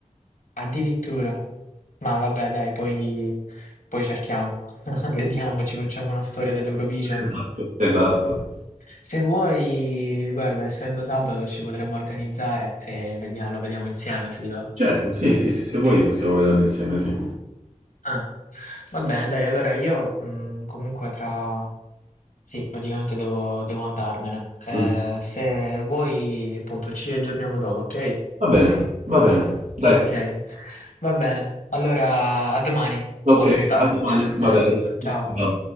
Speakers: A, on the left; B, on the right.
A: addirittura. Ma vabbè, dai, poi, poi cerchiamo, <laughs> vediamo, ci facciamo una storia dell'Eurovision.
B: Esatto. Esatto.
A: Se vuoi, guarda, essendo sabato ci potremmo organizzare e vediamo, lo vediamo insieme, se ti va.
B: Certo, sì, sì, sì, se vuoi possiamo vederlo insieme, sì.
A: Ah, va bene, dai, allora io mh, comunque tra... Sì, praticamente devo, devo andarmene. Eh,
B: Mm.
A: se vuoi, appunto, ci aggiorniamo dopo, ok?
B: Va bene, va bene.
A: Ok,
B: Dai,
A: va bene. Allora, a domani
B: ok,
A: o più tardi.
B: a domani, va bene. <laughs>
A: Ciao.
B: Ciao.